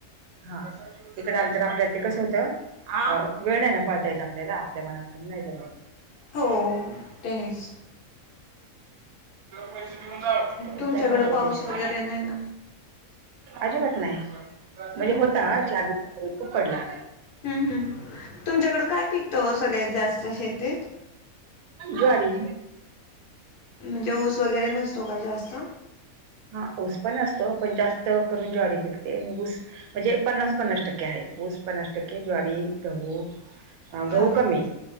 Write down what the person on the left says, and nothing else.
हो तेच.
तुमच्याकडं
पाऊस वगैरे नाही ना
हम्म
हम् हम् तुमच्याकड काय पिकतं सगळ्यात जास्त शेतीत?
म्हणजे ऊस वगैरे नसतो का जास्त?
हा